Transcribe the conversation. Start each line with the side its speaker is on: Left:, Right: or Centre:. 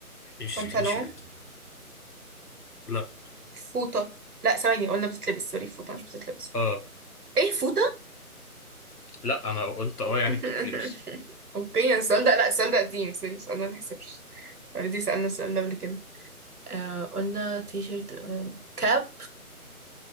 Left: مش
Right: بنطلون
Left: تي شيرت لا
Right: فوطة لا ثواني قلنا بتتلبس سوري فوطة مش بتتلبس
Left: اه
Right: ايه فوطة
Left: لا انا قلت اه
Right: <laughs>
Left: يعني بتتلبس
Right: اوكي السؤال ده لا السؤال ده قديم سوري السؤال ده ما يحسبش اوريدي سألنا السؤال ده قبل كده آه قلنا تي شيرت آه كاب